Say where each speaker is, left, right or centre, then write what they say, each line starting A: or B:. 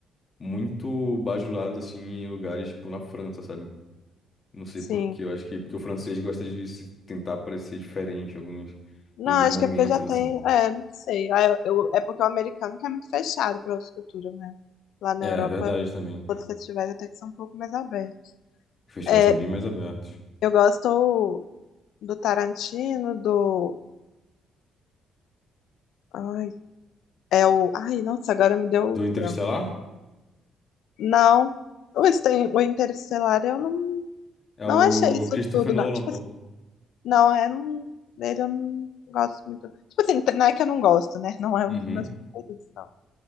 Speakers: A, on the left (about 40°); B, on the left (about 80°).
A: muito bajulados, assim, em lugares, tipo, na França, sabe? Não sei
B: sim.
A: por quê. Eu acho que porque o francês gosta de se tentar parecer diferente em alguns,
B: Não,
A: em alguns
B: acho
A: momentos,
B: que é porque eu já tenho.
A: assim.
B: É, não sei. Ah, eu, eu- é porque o americano que é muito fechado para outras culturas, né? Lá na
A: É,
B: Europa,
A: é verdade também.
B: outros festivais até que são um pouco mais abertos.
A: Os festivais
B: É,
A: são bem mais abertos.
B: eu gosto do Tarantino, do. Ai, É o. Ai, nossa, agora me deu
A: Do
B: o
A: Interestelar?
B: branco. Não. O, Inter- o Interestelar eu não,
A: É
B: não
A: o
B: achei isso
A: Christopher
B: tudo,
A: Nolan,
B: não. Tipo
A: pô.
B: assim, não, é. Não, dele eu não gosto muito. Tipo assim, não é que eu não gosto, né? Não é
A: Uhum.
B: um dos meus favoritos, não.